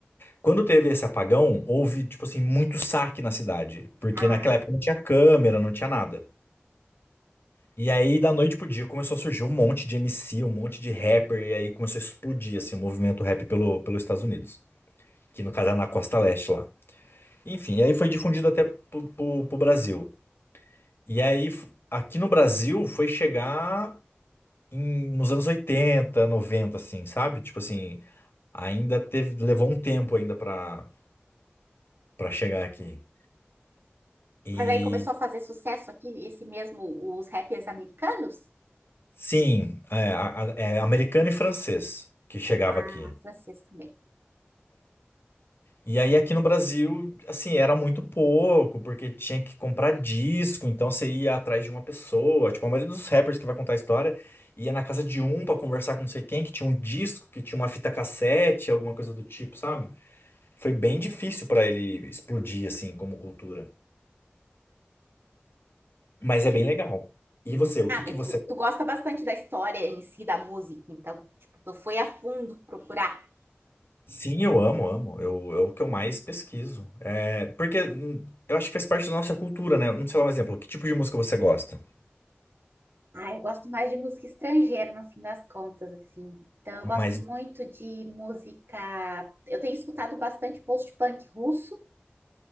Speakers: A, on the left; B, on the right.
A: Quando teve esse apagão, houve, tipo assim, muito saque na cidade, porque
B: Ah,
A: naquela época não tinha câmera, não tinha nada. E aí, da noite pro dia, começou a surgir um monte de MC, um monte de rapper, e aí começou a explodir, assim, o movimento rap pelo, pelos Estados Unidos, que no caso era na Costa Leste lá. Enfim, aí foi difundido até pro, pro, pro Brasil. E aí, f- aqui no Brasil, foi chegar em- nos anos 80 90 assim, sabe? Tipo assim, ainda teve, levou um tempo ainda pra, pra chegar aqui. E
B: mas aí começou a fazer sucesso aqui, esse mesmo, os rappers americanos?
A: sim, é, a- a- é americano e francês que chegava
B: Ah,
A: aqui.
B: francês também.
A: E aí aqui no Brasil, assim, era muito pouco, porque tinha que comprar disco, então você ia atrás de uma pessoa. Tipo, a maioria dos rappers que vai contar a história ia na casa de um pra conversar com não sei quem, que tinha um disco, que tinha uma fita cassete, alguma coisa do tipo, sabe? Foi bem difícil pra ele explodir, assim, como cultura. Mas é bem legal. E você, o
B: Ah,
A: que
B: mas
A: que você...
B: tu, tu gosta bastante da história em si, da música, então, tipo, tu foi a fundo procurar.
A: Sim, eu amo, amo. Eu, é o que eu mais pesquiso. É, porque hum, eu acho que faz parte da nossa cultura, né? Não sei lá um exemplo, que tipo de música você gosta?
B: Ah, eu gosto mais de música estrangeira, no fim das contas, assim. Então, eu
A: Mas
B: gosto muito de música. Eu tenho escutado bastante post-punk russo.